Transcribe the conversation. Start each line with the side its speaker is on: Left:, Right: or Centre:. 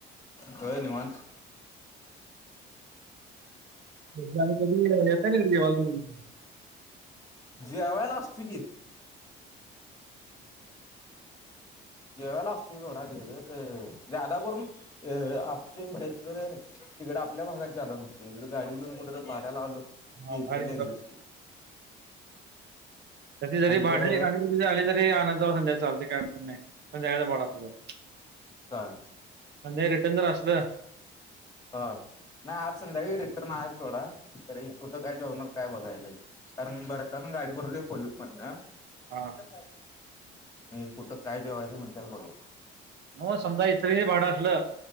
Left: होय निवांत.
Right: <unintelligible> ऑलरेडी.
Left: जेवायला असतो की.
Right: अच्छा.
Left: जेवायला असतोय थोडा तिकडं, गं जादा करून अ असतोय बाहेर खर तिकड आपल्या भागात जादा नसतोय, इकड गाडी घेऊन कुठे तर भाड्याला आलो. ते
Right: हा भारी
Left: इकडल्या ईकडच की
Right: कधी जरी भाड्याला
Left: ते
Right: कुठली तरी गाडी आली तरी आणतं जावा, संध्याकाळी चालत काय अडचण नाही संध्याकाळच भाडं असलं तर.
Left: ता.
Right: आणि जर रिटर्न असलं
Left: ह नाही आज संध्याकाळी रिटर्न आहे थोडा, तरी कुठं काय जेवणार काय बघायचे कारण भरताना गाडी भरलोय पोल्यूक मधन.
Right: हा
Left: <unintelligible> कुठ काय जेवायचं म्हणत्यात बघू?
Right: न्हव समजा इचलकरंजी भाडं असलं,